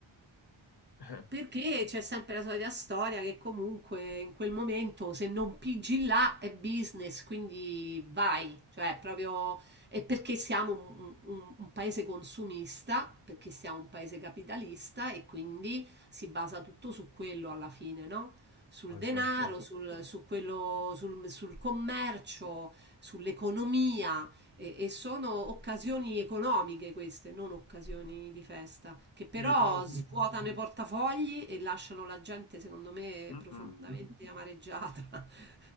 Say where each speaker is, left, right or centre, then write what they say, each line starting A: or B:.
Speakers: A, on the left (about 55°); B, on the right (about 20°).
A: <laughs>
B: Perché c'è sempre la solita storia che comunque in quel momento se non pigi là è business, quindi vai, cioè proprio è perché siamo un, un- un paese consumista, perché siamo un paese capitalista e quindi si basa tutto su quello alla fine, no? Sul
A: Eh, ma
B: denaro,
A: certo.
B: sul, su quello, sul sul commercio, sull'economia E, e sono occasioni economiche queste, non occasioni di festa, che
A: Sì,
B: però
A: però, sì.
B: svuotano i portafogli e lasciano la gente, secondo me,
A: Mm-mm.
B: profondamente amareggiata. <laughs>